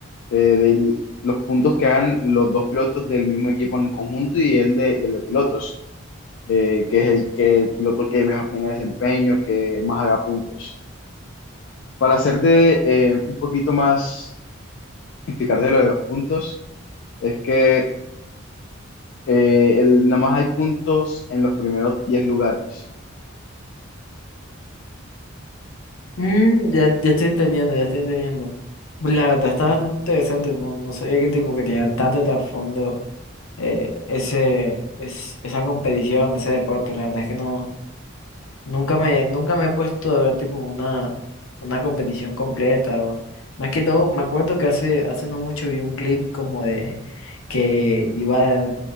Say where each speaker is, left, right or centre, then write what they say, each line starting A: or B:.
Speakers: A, on the left; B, on the left.
A: eh, de los puntos que hagan los dos pilotos del mismo equipo en conjunto y el de, y el de pilotos, eh, que es el, que el piloto que mejor tenga desempeño, que más haga puntos. Para hacerte eh, un poquito más, explicarte lo de los puntos, es que Eh, el, nomás hay puntos en los primeros 10 lugares.
B: Mm, ya, ya estoy entendiendo, ya estoy entendiendo. Pues La verdad está bastante interesante, no, no sabía qué tipo que tenía tanto trasfondo eh, ese, es, esa competición, ese deporte, la verdad es que no. Nunca me, nunca me he puesto a ver tipo una, una competición completa o más que todo, me acuerdo que hace, hace no mucho vi un clip como de que iba